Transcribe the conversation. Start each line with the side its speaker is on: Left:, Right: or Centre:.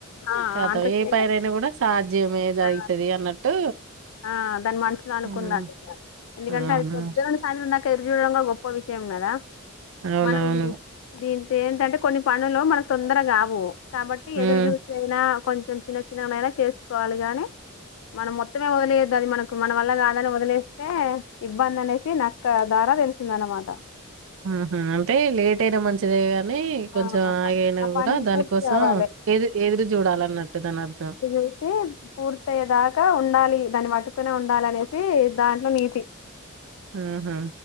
Left: ఆ
Right: కతం
Left: అంత
Right: ఏ
Left: సేఫ్
Right: పనైనా కూడా సాధ్యమే జరుగుతది
Left: ఆ
Right: అన్నట్టు
Left: ఆ దాని మనుసుులో అనుకుందంట
Right: మ్
Left: ఇగ ఎందుకంటే
Right: అవునా
Left: అది పొద్దున్నుంచి సాయంత్రం దాకా తిరిగిందంటే గొప్ప విషయం కదా
Right: అవునవును
Left: మనం దీ ఏంటంటే కొన్ని పనులు మనకు తొందరగావు కాబట్టి ఎదురు
Right: మ్
Left: చూసి అయినా కొంచెం చిన్న చిన్నగానైనా చేసుకోవాలి గాని మనం మొత్తమే వదిలేయద్దది మనకు మన వల్ల కాదని వదిలేస్తే ఇబ్బంది అనేసి నక్క ద తెలిసిందన్నమాట
Right: మ్ హు అంటే లేటయినా మంచిదేగా నీ కొంచెం
Left: ఆ
Right: ఆగయినా
Left: ఆ
Right: కూడా
Left: పని
Right: దానికోసం
Left: పూర్తి కావాలి
Right: ఎదు ఎదురు చూడాలన్నట్టు దానర్థం.
Left: పూర్తి పూర్తయ్యే దాకా ఉండాలి దాన్ని పట్టుకునే ఉండాలి అనేసి దాంట్లో నీతి.
Right: మ్ హు